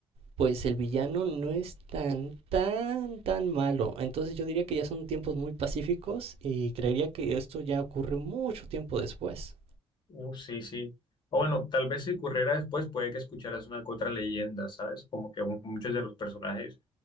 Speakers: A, on the right (about 65°); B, on the left (about 45°).
A: pues el villano no es tan tan tan malo. Entonces yo diría que ya son tiempos muy pacíficos y creería que esto ya ocurre mucho tiempo después.
B: Uf, sí, sí. O bueno, tal vez si ocurriera después, puede que escucharas una que otra leyenda, ¿sabes? Como que un- muchos de los personajes